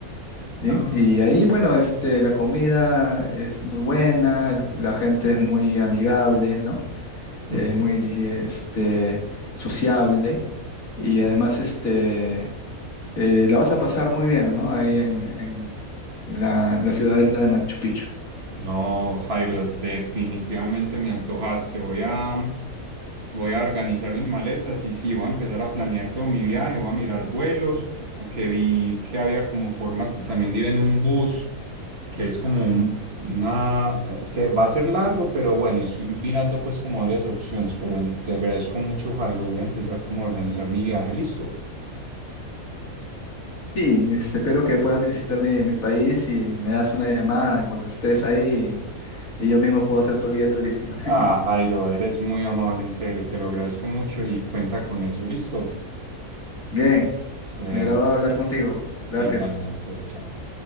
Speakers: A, on the left (about 75°); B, on the right (about 50°).
A: Bien,
B: Ah,
A: y ahí, bueno, este, la comida es muy buena, el- la gente es muy amigable, ¿no?
B: ujú.
A: eh, muy este, sociable y además este, eh, la vas a pasar muy bien, ¿no? Ahí en, en la, la ciudadela de Machu Picchu.
B: No, Jairo, definitivamente me antojaste. Voy a, voy a organizar mis maletas y sí, voy a empezar a planear todo mi viaje, voy a mirar vuelos, aunque vi que había como forma también de ir en un bus, que es como un- una, eh, se va a ser largo, pero bueno, estoy mirando pues como varias opciones, pero te agradezco mucho, Jairo. Voy a empezar como a organizar mi viaje, listo.
A: Sí, este, espero que puedas visitar mi, mi país y me das una llamada en cuanto estés ahí y, y yo mismo puedo ser tu guía turístico. <laughs>
B: Ah, Jairo, eres muy amable, en serio, te lo agradezco mucho y cuenta con eso, listo.
A: Bien,
B: Bueno.
A: me agradó hablar contigo. Gracias.
B: Igualmente, chao.